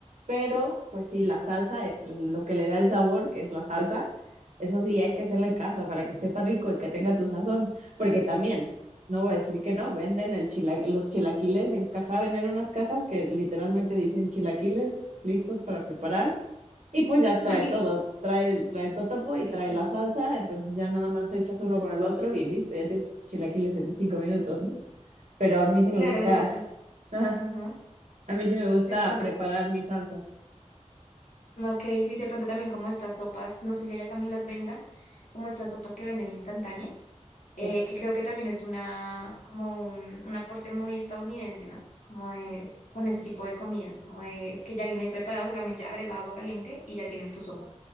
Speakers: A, on the right (about 75°); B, on the left (about 80°).
A: pero pues sí, la salsa, eh, lo que le da el sabor, que es la salsa, eso sí hay que hacerla
B: mm.
A: en casa para que sepa rico y que tenga tu sazón, porque también, no voy a decir que no, venden el chila- los chilaquiles en caja, venden unas cajas que literalmente dicen chilaquiles listos para preparar y pues ya trae
B: <laughs>
A: todo, trae el, trae el totopo y
B: Sí,
A: trae
B: Claro,
A: la salsa, entonces ya nada más echas uno con el otro y listo, ya tienes tus chilaquiles en cinco minutos, ¿no? Pero a mí sí
B: Claro,
A: me gusta,
B: de pronto,
A: ajá,
B: ajá,
A: a mí sí me gusta
B: De pronto
A: preparar mis salsas.
B: Ok, sí, de pronto también como estas sopas, no sé si allá también las vendan, como estas sopas que venden instantáneas, eh,
A: Sí,
B: que creo que también es una, como un, un aporte muy estadounidense, ¿no? Como de, con ese tipo de comidas, como de que ya viene preparado, solamente agrega agua caliente y ya tienes tu sopa.